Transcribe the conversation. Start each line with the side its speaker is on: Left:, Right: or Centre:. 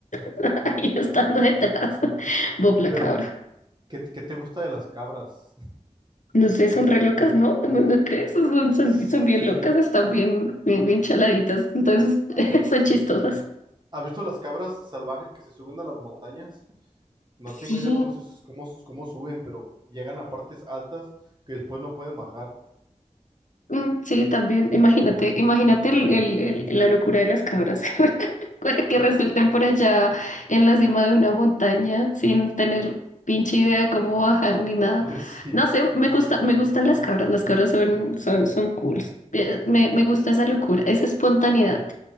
Left: <laughs> ahí estando detrás, Bob la
Right: Pero,
Left: cabra.
Right: ¿qué, qué te gusta de las cabras? <laughs>
Left: No sé, son re locas, ¿no? ¿No, no crees? Son, son,
Right: Sí.
Left: son bien locas, están bien, bien, bien chaladitas, entonces
Right: ¿Ha
Left: <laughs> son chistosas.
Right: ha visto las cabras salvajes que se suben a las montañas? No
Left: Sí,
Right: tengo idea cómo se, cómo, cómo suben, pero llegan a partes altas que después no pueden bajar.
Left: mm, sí, también, imagínate, imagínate el, el- el- la locura de las cabras, <laughs> para que resultan por allá en la cima de una montaña sin tener pinche idea de cómo bajar ni nada.
Right: <laughs> Sí,
Left: No sé, me gusta, me gustan las cabras, las cabras son, son, son cool. Eh, Me, me gusta esa locura, esa espontaneidad.